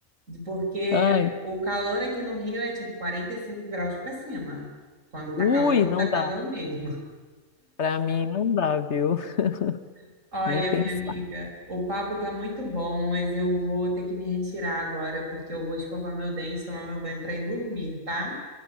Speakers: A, on the right; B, on the left.
A: Porque
B: Ai,
A: o calor aqui no Rio é tipo 45 graus para cima. Quando tá
B: ui,
A: calor,
B: não
A: tá calor
B: dá.
A: mesmo.
B: Pra mim não dá, viu? <laughs>
A: <laughs> Olha,
B: Nem pensar.
A: minha amiga, o papo tá muito bom, mas eu vou ter que me retirar agora porque eu vou escovar meu dente, tomar meu banho para ir dormir, tá?